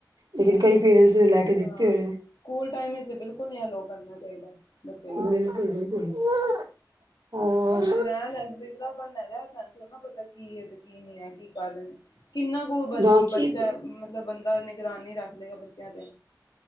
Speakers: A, on the right; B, on the left.
A: ਲੇਕਿਨ ਕਈ ਪੇਰੈਂਟਸ ਨੇ ਲੈ ਕੇ ਦਿੱਤੇ
B: ਹਾਂ
A: ਹੋਏ ਨੇ।
B: ਸਕੂਲ ਟਾਈਮ ਵਿੱਚ ਬਿਲਕੁਲ ਨੀ ਐਲਾੳ ਕਰਨਾ ਚਾਹੀਦਾ। ਬੱਚੇ ਨੂੰ
A: ਬਿਲਕੁਲ ਜੀ ਬਿਲਕੁਲ ਔਰ
B: ਗਾਹ ਲੱਗ ਕਿਹੜਾ ਬਣਨ ਹੈ <unintelligible> <unintelligible> ਸਾਨੂੰ ਥੋੜਾ ਪਤਾ ਕੀ ਹੈ ਤੇ ਕੀ ਨਹੀਂ ਹੈ ਕੀ ਕਰ ਰਹੇ ਕਿੰਨਾ ਕੁ ਬ
A: ਬਾਕੀ
B: ਬੱਚਾ ਮਤਲਬ ਬੰਦਾ ਨਿਗਰਾਨੀ ਰੱਖ ਲਏਗਾ ਬੱਚਿਆਂ ਤੇ